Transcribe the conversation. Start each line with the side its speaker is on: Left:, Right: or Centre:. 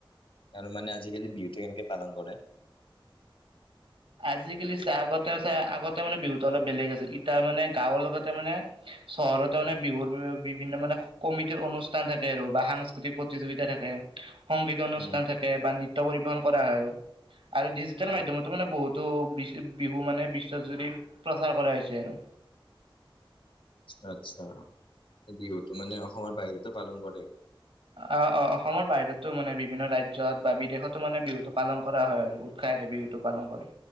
Left: আৰু মানে আজিকালি বিহুটো এনেকে পালন কৰে।
Right: আজিকালি চাই আগতে চাই আগতে মানে বিহুটো অলপ বেলেগ আছিল। এতিয়া মানে গাঁৱৰ লগতে মানে চহৰতে মানে বিহুৰ বি বিভিন্ন মানে কমিটিৰ অনুষ্ঠান থাকে আৰু বা সাংস্কৃতিক প্ৰতিযোগিতা থাকে সংগীত অনুষ্ঠান
Left: উম,
Right: থাকে বা নৃত্য পৰিবেশন কৰা হয় আৰু আৰু ডিজিটেল
Left: অ',
Right: মাধ্যমতো মানে বহুত বিহু মানে বিশ্বতজুৰি প্ৰচাৰ কৰা হৈছে আৰু
Left: আচ্ছা আচ্ছা বিহুটো মানে অসমৰ বাহিৰতো পালন কৰে
Right: অ অ অসমৰ বাহিৰতো মানে বিভিন্ন ৰাজ্যত বা বিদেশতো মানে বিহুটো পালন কৰা হয় আৰু উৎসাহ ঠাইৰে বিহুটো পালন কৰে